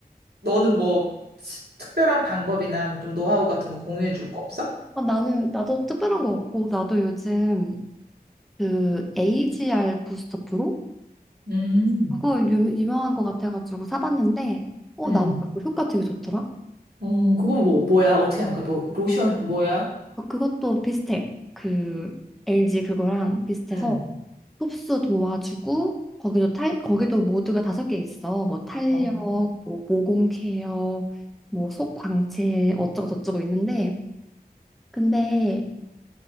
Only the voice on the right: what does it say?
너는 뭐 스- 특별한 방법이나 뭐좀 노하우 같은 거 공유해 줄 거 없어?
음,
음.
어, 그건 뭐, 뭐야? 어떻게 하는 거야? 뭐, 로션, 뭐야?
음.
어,